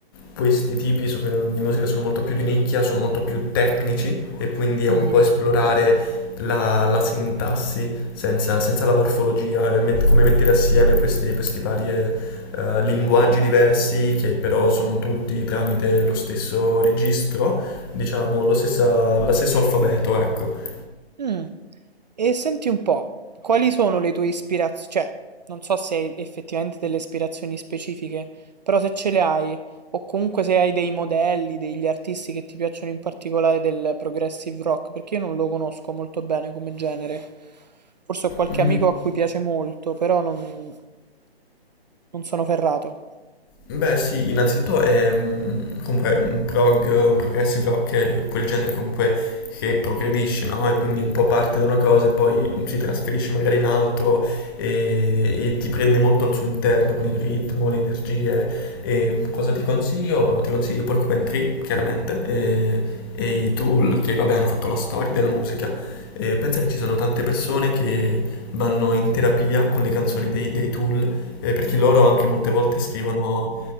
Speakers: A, on the left; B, on the right.
A: questi tipi so- di musica sono molto più di nicchia, sono molto più tecnici e quindi è
B: mhm,
A: un po' esplorare la, la sintassi senza, senza la morfologia, e met- come mettere assieme questi, questi vari eh, eh, linguaggi diversi che però sono tutti tramite lo stesso registro, diciamo, lo stessa- lo stesso alfabeto, ecco.
B: mm. E senti un po', quali sono le tue ispirazioni? Cioè, non so se hai effettivamente delle ispirazioni specifiche, però se ce le hai, o comunque se hai dei modelli, degli artisti che ti piacciono in particolare del progressive rock, perché io non lo conosco molto bene come genere. Forse ho qualche
A: Mm,
B: amico a cui piace molto, però non, non sono ferrato.
A: Beh, sì, innanzitutto è mm, comunque un prog, progressive rock è quel genere comunque che progredisce, no? E quindi un po' parte da una cosa e poi mm, si trasferisce magari in altro e, e ti prende molto al suo interno con il ritmo, le energie. E mm, cosa ti consiglio? Ti consiglio Porcupine Tree, chiaramente, e, e i Tool che vabbè hanno fatto la storia della musica. E pensa che ci sono tante persone che vanno in terapia con le canzoni dei, dei Tool eh, perché loro anche molte volte scrivono